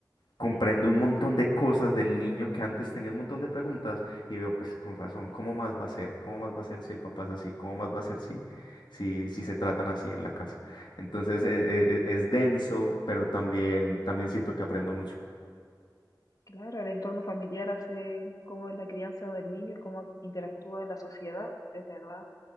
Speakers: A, on the left; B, on the left.
A: comprendo un montón de cosas del niño que antes tenía un montón de preguntas y veo pues con razón, ¿cómo más va a ser? ¿Cómo más va a ser si el papá es así? ¿Cómo más va a ser si, si, si se tratan así en la casa? Entonces es, es es denso, pero también, también siento que aprendo mucho.
B: Claro, el entorno familiar hace cómo es la crianza del niño y cómo interactúa en la sociedad, es verdad.